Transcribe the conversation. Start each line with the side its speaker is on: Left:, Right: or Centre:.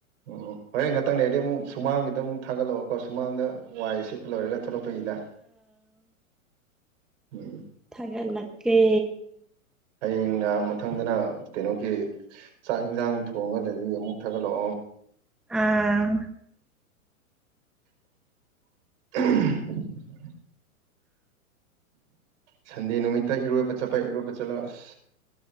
Right: ꯎꯝ ꯍꯣꯔꯦꯟ ꯉꯥꯛꯇꯪꯅꯦ ꯑꯩꯗꯤ ꯑꯃꯨꯛ ꯁꯨꯃꯥꯡꯒꯤꯗꯣ ꯑꯃꯨꯛ ꯊꯥꯒꯠꯂꯛꯑꯣꯀꯣ ꯁꯨꯃꯥꯡꯗ ꯋꯥꯏ ꯁꯤ ꯂꯣꯏꯔꯒ ꯊꯂꯣ ꯐꯩꯗ ꯎꯝ
Centre: ꯊꯒꯂ ꯀꯦ
Right: ꯍꯌꯦꯡꯅ ꯃꯊꯪꯗꯅ ꯀꯩꯅꯣꯒꯤ ꯆꯥꯛ ꯏꯟꯁꯥꯡ ꯊꯣꯡꯉꯒ ꯂꯩꯕꯒꯤ ꯑꯃꯨꯛ ꯊꯒꯂꯣ
Centre: ꯑꯥ
Right: <inaudible> ꯁꯟꯗꯦ ꯅꯨꯃꯤꯠꯇ ꯏꯔꯣꯏꯕ ꯆꯠꯄ ꯏꯔꯣꯏꯕ ꯆꯠꯂꯛꯁ